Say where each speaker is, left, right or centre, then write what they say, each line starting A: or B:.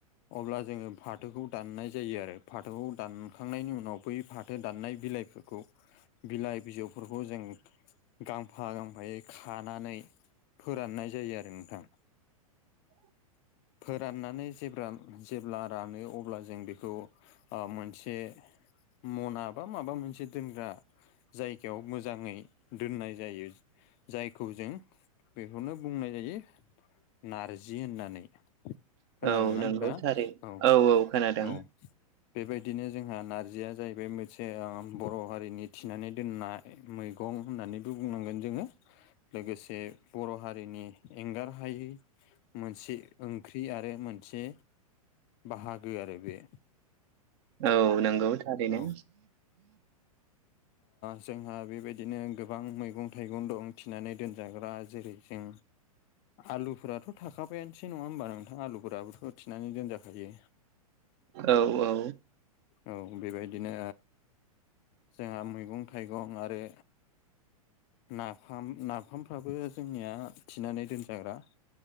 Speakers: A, on the left; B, on the right.
A: अब्ला जोङो फाथोखौ दाननाय जायो आरो फाथोखौ दानखांनायनि उनाव बै फाथो दाननाय बिलाइ बिलाइ बिजौफोरखौ जों गां गफा गांफायै खानानै फोराननाय जायो आरो नोंथां।
B: <inaudible>
A: फोराननानै जे जेब्ला रानो अब्ला जों बेखौ मोनसे मना बा माबा मोनसे दोनग्रा जायगायाव मोजाङै दोननाय ज जायखौ जों बेखौनो बुंनाय जायो। नारजि होननानै खोनादों
B: औ
A: ना
B: नंगौ
A: नोंथांङा
B: थारैनो
A: औ
B: खोनादों
A: औ। बेबायदिनो जोंहा नारजिया जाहैबाय मोनसे बर' हारिनि थिनानै दोननाय। मैगं होननानै खौ बुंनांगोन जोङो लोगोसे बर' हारिनि एंगार हायै मोनसे ओंख्रि आरो मोनसे बाहागो आरो बे
B: औ नंगौ थारैनो।
A: औ जोंहा बेबायदिनो गोबां मैगं थाइगं दं थिनानै दोनजाग्रा जेरै जों आलुफोराथ' थाखाबायानोसै नङा होमबा नोंथां आलुफोराफोरखौ थिनानै दोनजाखायो।
B: औ औ।
A: औ बेबायदिनो जोंहा मैगं -थाइगं आरो नाफाम नाफामफ्राबो जोंनिया थिनानै दोनजाग्रा।